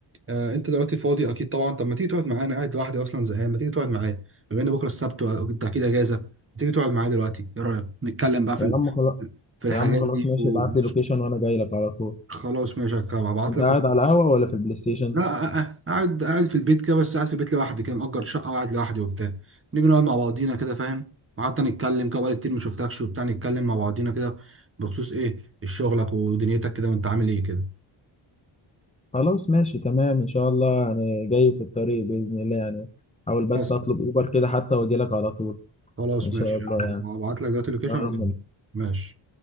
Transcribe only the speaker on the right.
آه أنت دلوقتي فاضي أكيد طبعا طب ما تيجي تقعد معايا أنا قاعد لوحدي أصلا زهقان ما تيجي تقعد معايا بما إن بكرة السبت وأنت أكيد أجازة ما تيجي تقعد معايا دلوقتي إيه رأيك نتكلم بقى في
ال...
في الحاجات
دي
و...
خلاص ماشي هبعت
لك
لا أ- أ- قاعد قاعد في البيت كده بس قاعد في البيت لوحدي كده مأجر شقة وقاعد لوحدي وبتاع نيجي نقعد مع بعضينا كده فاهم وحتى نتكلم كده بقالي كتير ما شفتكش وبتاع نتكلم مع بعضينا كده بخصوص ايه شغلك ودنيتك كده وانت عامل ايه كده
خلاص
خلاص
ماشي
هبعت لك دلوقتي اللوكيشن
وكده
ماشي